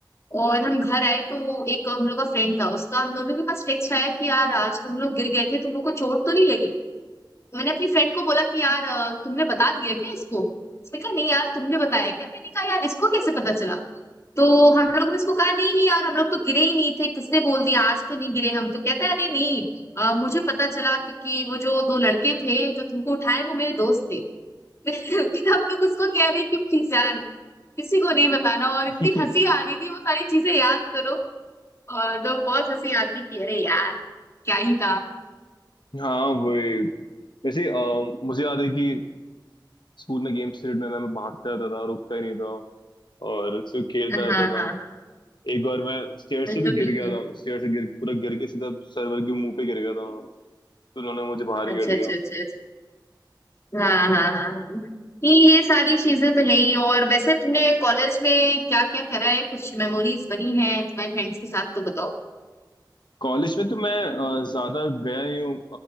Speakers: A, on the left; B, on the left.
A: और हम घर आए तो एक हम लोग का फ्रेंड था उसका हम दोनों के पास टेक्स्ट आया कि यार आज तुम लोग गिर गए थे तुम लोग को चोट तो नहीं लगी मैंने अपनी फ्रेंड को बोला कि यार अ, तुमने बता दिया क्या इसको उसने कहा नहीं यार तुमने बताया क्या मैंने कहा यार इसको कैसे पता चला तो हम लोग ने उसको कहा नहीं नहीं यार हम लोग तो गिरे ही नहीं थे किसने बोल दिया आज तो नहीं गिरे हम तो कहता है अरे नहीं अ, मुझे पता चला क्योंकि वो जो दो लड़के थे जो तुमको उठाए वो मेरे दोस्त थे <laughs> फिर फिर हम लोग उसको कह रहे कि प्लीज यार किसी को नहीं बताना और इतनी
B: <laughs>
A: हंसी आ रही थी वो सारी चीजें याद करो और तो बहुत हंसी आती कि अरे यार क्या ही था
B: हाँ वही वैसे अ, मुझे याद है कि स्कूल में गेम्स पीरियड में मैं मैं भागता रहता था रुकता ही नहीं था और सिर्फ खेलता
A: <laughs>
B: रहता
A: हाँ हाँ
B: था
A: हाँ
B: एक बार मैं स्टेयर से
A: बिल्कुल
B: भी गिर
A: बिल्कुल
B: गया था स्टेयर से गिर पूरा गिर के सीधा सर्वर के मुंह पे गिर गया था तो उन्होंने मुझे बाहर
A: अच्छा
B: ही कर दिया
A: अच्छा अच्छा हाँ हाँ हाँ ये ये सारी चीजें तो है ही और वैसे तुमने कॉलेज में क्या क्या करा है कुछ मेमोरीज बनी है तुम्हारे फ्रेंड्स के साथ तो बताओ
B: कॉलेज में तो मैं अ, ज्यादा गया नहीं हूँ